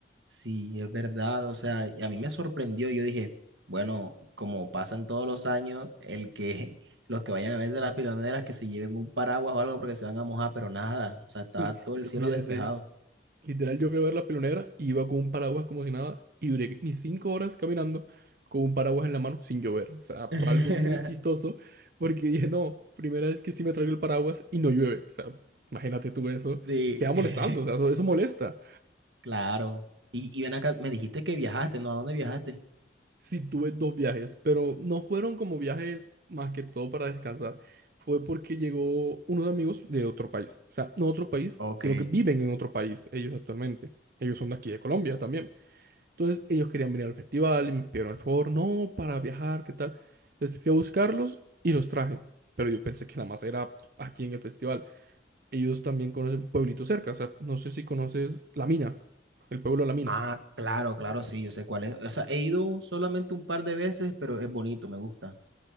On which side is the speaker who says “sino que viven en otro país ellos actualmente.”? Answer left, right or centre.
Right